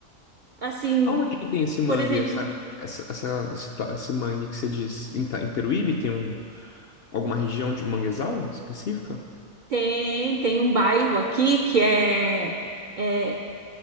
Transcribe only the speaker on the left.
Aonde que tem esse mangue,
essa, essa, essa- esse, ta- esse mangue que você diz? Em, Ta- em Peruíbe tem um, alguma região de manguezal específica?